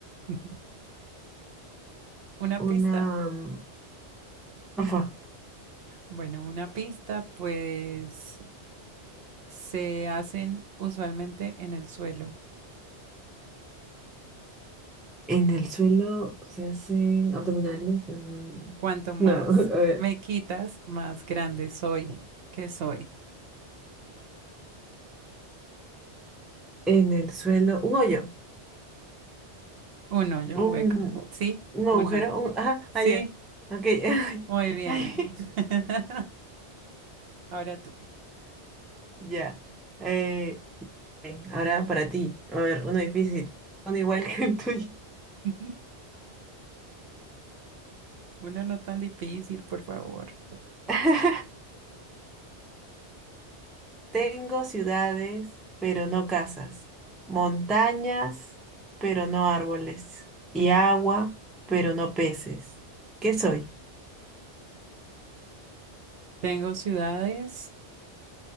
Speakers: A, on the right; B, in the centre.
A: <laughs> Una
B: Una...
A: pista.
B: mm, Porfa,
A: Bueno, una pista, pues. se hacen usualmente en el suelo.
B: en el suelo se hacen abdominales. mm,
A: Cuanto más
B: No, <laughs> a ver,
A: me quitas, más grande soy. ¿Qué soy?
B: en el suelo, un hoyo,
A: Un hoyo,
B: un
A: un hueco. ¿Sí?
B: Un agujero,
A: Un hoyo.
B: un... Ajá,
A: Sí,
B: ah, ya. Ok. <laughs>
A: muy bien.
B: Ay,
A: <laughs> Ahora tú.
B: ya. Eh, ven, ahora para ti. A ver, uno difícil. Uno igual <laughs> que el tuyo.
A: <laughs> Uno no tan difícil, por favor.
B: <laughs> Tengo ciudades, pero no casas. Montañas, pero no árboles. Y agua, pero no peces. ¿Qué soy?
A: Tengo ciudades,